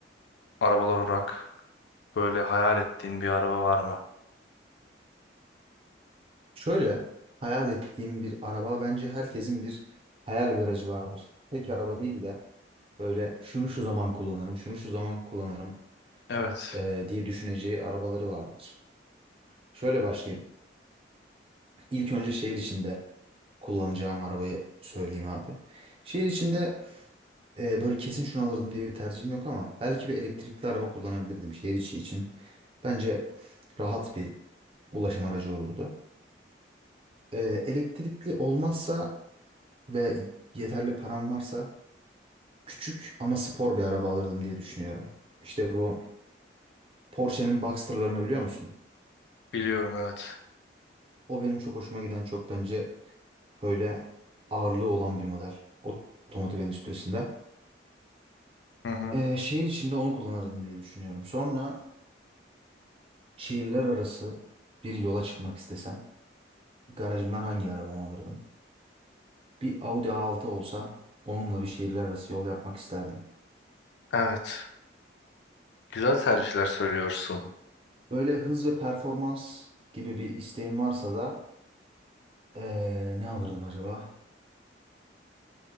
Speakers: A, on the left (about 65°); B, on the right (about 30°).
A: arabalar olarak böyle hayal ettiğin bir araba var mı?
B: Şöyle hayal ettiğim bir araba bence herkesin bir hayal garajı vardır. Tek araba değil de böyle şunu şu zaman kullanırım, şunu şu zaman kullanırım
A: Evet,
B: eee, diye düşüneceği arabaları vardır. Şöyle başlayayım. İlk önce şehir içinde kullanacağım arabayı söyleyeyim abi. Şehir içinde eee, böyle kesin şunu alırdım diye bir tercihim yok ama belki bir elektrikli araba kullanabilirdim şehir içi için. Bence rahat bir ulaşım aracı olurdu. Eee, elektrikli olmazsa ve yeterli param varsa küçük ama spor bir araba alırdım diye düşünüyorum. İşte bu Porsche'nin Boxster'larını biliyor musun?
A: biliyorum evet.
B: O benim çok hoşuma giden çok bence böyle ağırlığı olan bir model otomotiv endüstrisinde.
A: Hı hı.
B: Ee, şehir içinde onu kullanırdım diye düşünüyorum. Sonra şehirler arası bir yola çıkmak istesem garajımdan hangi arabamı alırdım? Bir Audi A6 olsa onunla bir şehirler arası yol yapmak isterdim.
A: Evet, güzel tercihler söylüyorsun.
B: Böyle hız ve performans gibi bir isteğim varsa da Ee, ne alırdım acaba?